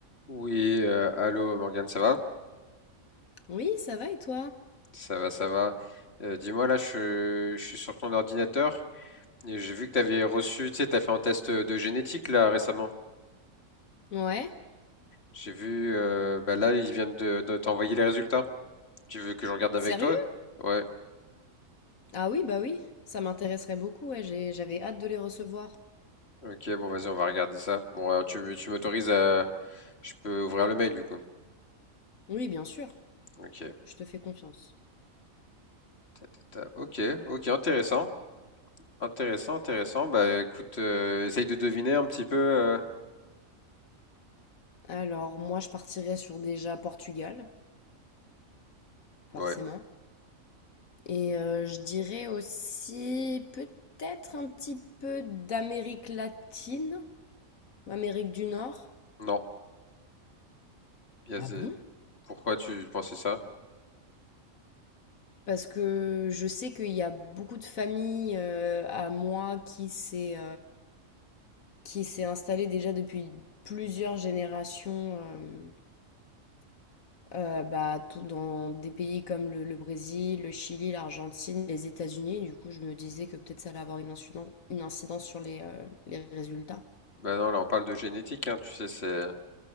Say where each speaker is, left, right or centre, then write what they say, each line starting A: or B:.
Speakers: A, on the left; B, on the left.
A: Oui, euh, allô Morgane, ça va?
B: Oui, ça va et toi?
A: Ça va, ça va. Euh, dis-moi, là, je, je suis sur ton ordinateur et j'ai vu que tu avais reçu, tu sais, tu as fait un test de génétique là récemment.
B: Ouais.
A: J'ai vu, euh, bah là, ils viennent de, de t'envoyer les résultats. Tu veux que je regarde avec
B: Sérieux?
A: toi? Ouais,
B: Ah oui, bah oui. Ça m'intéresserait beaucoup, ouais, j'ai- j'avais hâte de les recevoir.
A: ok, bon, vas-y, on va regarder ça. Bon, alors, tu, tu m'autorises à. Je peux ouvrir le mail du coup.
B: Oui, bien sûr.
A: Ok,
B: Je te fais confiance.
A: Ta, ta, ta. ok, ok, intéressant. Intéressant, intéressant. Bah écoute, euh, essaye de deviner un petit peu. euh,
B: Alors, moi, je partirais sur déjà Portugal, forcément.
A: Ouais,
B: Et euh, je dirais aussi peut-être un petit peu d'Amérique latine ou Amérique du Nord.
A: non, Yazé.
B: Ah bon?
A: Pourquoi tu pensais ça?
B: Parce que je sais qu'il y a beaucoup de familles euh, à moi qui c'est... qui s'est installé déjà depuis plusieurs générations euh, euh, bah, tout dans des pays comme le, le Brésil, le Chili, l'Argentine, les États-Unis. Du coup, je me disais que peut-être ça allait avoir une incidence, une incidence sur les, euh, les résultats.
A: Bah non, là on parle de génétique, hein, tu sais, c'est